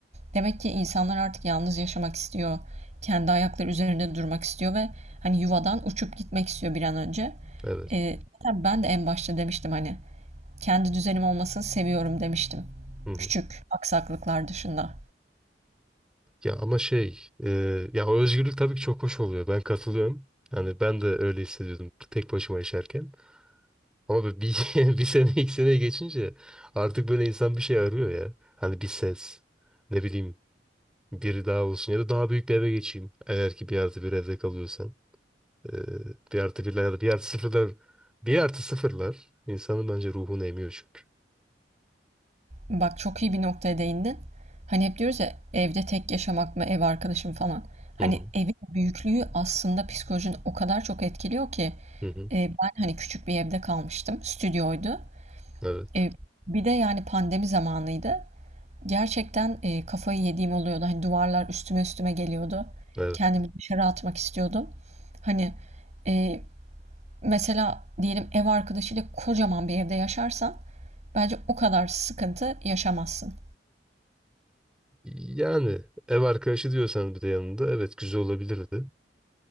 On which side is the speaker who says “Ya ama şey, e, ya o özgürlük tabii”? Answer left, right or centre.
Centre